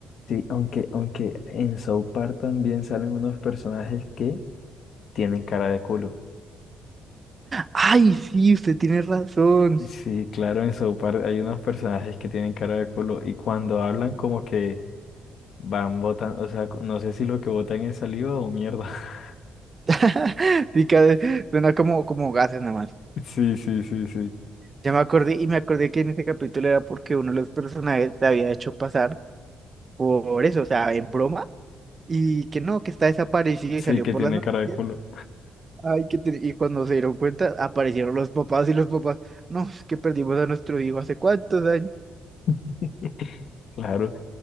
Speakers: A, on the left; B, on the right.
A: Sí, aunque, aunque en South Park también salen unos personajes que tienen cara de culo.
B: Ay, sí, usted tiene razón.
A: Sí, claro, en South Park hay unos personajes que tienen cara de culo y cuando hablan como que van botan, o sea, no sé si lo que botan es saliva o mierda. <laughs>
B: <laughs> Pica de- suena como, como gases nada más.
A: Sí, sí, sí, sí.
B: Ya me acordé y me acordé que en ese capítulo era porque uno de los personajes te había hecho pasar por eso, o sea, en broma, y que no, que está desaparecido
A: Sí,
B: y salió
A: que
B: por
A: tiene
B: las noticias.
A: cara de culo.
B: Ay, que te- y cuando se dieron cuenta, aparecieron los papás y los papás, no, es que perdimos a nuestro hijo hace cuántos años.
A: <laughs> Claro.